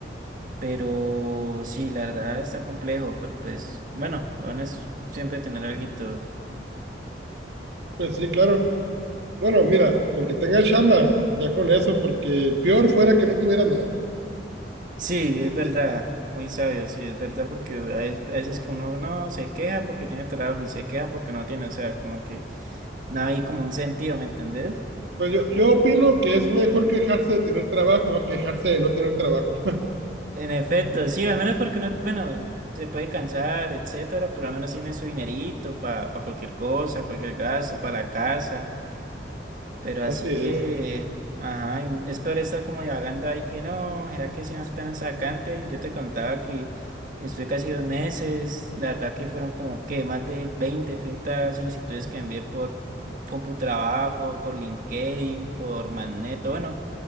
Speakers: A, on the right; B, on the right.
A: pero sí, la verdad está complejo, pero pues bueno, lo bueno es siempre tener alguito.
B: pues sí, claro. Bueno, mira, con que tengas chamba, ya con eso, porque peor fuera que no tuviera nada.
A: Sí,
B: Sí,
A: es
B: sí.
A: verdad, muy sabio, sí, es verdad, porque a veces, a veces que uno no se queja porque tiene trabajo y se queja porque no tiene, o sea, como que no hay como un sentido, ¿me entendés?
B: Pues yo, yo opino que es mejor quejarse de tener trabajo a quejarse de no tener trabajo,
A: En efecto, sí, al menos porque no, bueno, se puede cansar, etcétera, pero al menos tiene su dinerito para cualquier cosa, cualquier gasto, para la casa. Pero así
B: <laughs> así es.
A: que, ajá, en- es peor estar como divagando ahí que no, ¿será que sí va a ser tan sacante? Yo te contaba que estuve casi dos meses, la verdad que fueron como que más de 20, 30 solicitudes que envié por CompuTrabajo, por LinkedIn, por Magneto, bueno,